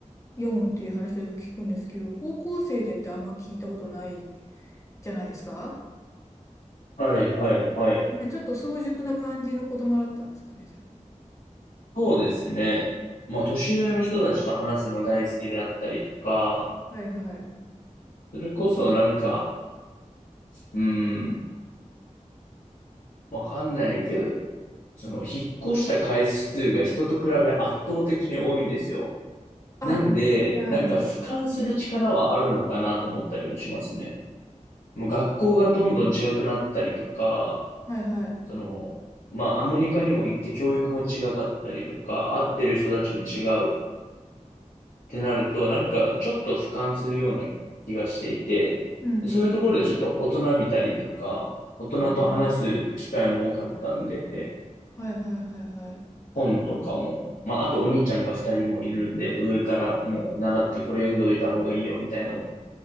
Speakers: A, on the left; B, on the left.
A: 読むっていう話をよく聞くんですけど、高校生でってあんま聞いたことないじゃないですか
B: はい、はい、はい。
A: ね、ちょっと早熟な感じの子供だったんですかね、じゃあ。
B: そうですね。まあ、年上の人たちと話すの大好きであったりとか、
A: はいはい。
B: それこそなんか、うん、わかんないけど、その、引っ越した回数が人と比べ圧倒的に多いんですよ。
A: あ、
B: なんで、
A: はいはいはい。
B: なんか俯瞰する力はあるのかなと思ったりもしますね。もう学校がどんどん違くなったりとか、
A: はいはい。
B: その、まあアメリカにも行って教育も違かったりとか、会ってる人たちも違うってなると、なんかちょっと俯瞰するような気がしていて、
A: うん
B: そういうところでちょっと大人びたりとか、大人と話す機会も多かったんで、
A: うん。はいはいはいはい。
B: 本とかも、まあ、あとお兄ちゃんが二人もいるんで、上からもう習ってこれ読んどいた方がいいよみたいのを